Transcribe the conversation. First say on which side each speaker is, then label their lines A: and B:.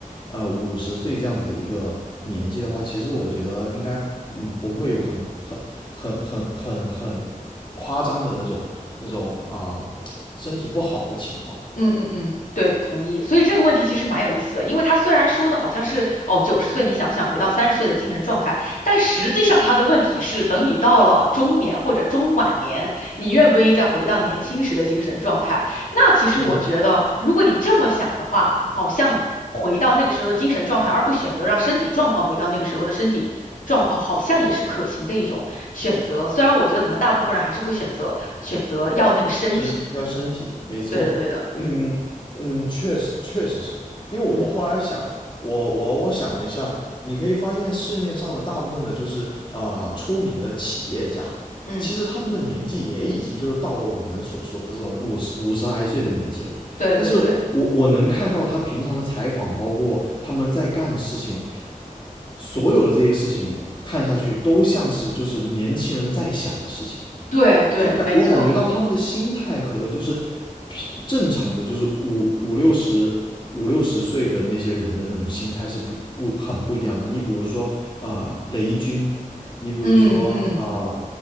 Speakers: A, on the left; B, on the left.
A: 呃五十岁这样子的一个年纪的话，其实我觉得应该嗯不会有很很很很很很夸张的那种那种啊、身体不好的情况。
B: 嗯嗯嗯，对，同意。所以这个问题其实蛮有意思的，因为他虽然说的好像是哦，九十岁你想不想回到三十岁的精神状态，但实际上他的问题是，等你到了中年或者中晚年，你愿不愿意再回到年轻时的精神状态？那其实我觉得，
A: 嗯。
B: 如果你这么想的话，好像回到那个时候的精神状态，而不选择让身体状况回到那个时候的身体状况，好像也是可行的一种选择。虽然我觉得可能大部分人还是会选择选择要那个身体。
A: 身要身体，没错，
B: 对的，对的，
A: 嗯嗯，
B: 嗯
A: 确实确实是因为我后来想，
B: 嗯。
A: 我我我想了一下，你可以发现市面上的大部分的就是呃出名的企业家，
B: 嗯，
A: 其实他们的年纪也已经就是到了我们所说的这种五十五十来岁的年纪了，
B: 对对对
A: 但是我我能看到他平常的采访，包括他们在干的事情，所有的这些事情看下去都像是就是年轻人在想的事情。
B: 对对，
A: 就感我感觉到他们的心态和就是
B: 没错，
A: 平正常的，就是五五六十五六十岁的那些人的那种心态是不不很不一样的。你比如说啊、呃雷军，你比如说啊呃
B: 嗯嗯，